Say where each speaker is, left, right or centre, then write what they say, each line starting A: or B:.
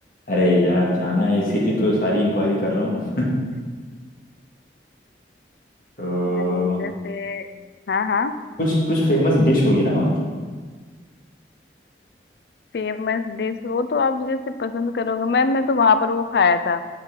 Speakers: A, on the left (about 50°); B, on the left (about 65°).
A: अरे यार जाना है इसीलिए तो सारी इंक्वायरी कर रहा हूँ <laughs> तो
B: अ,
A: वहाँ-
B: जैसे हाँ हाँ
A: कुछ कुछ फेमस डिश होगी ना वहाँ की
B: फेमस डिश वो तो आप जैसे पसंद करोगे मैम मैं तो वहां पर वो खाया था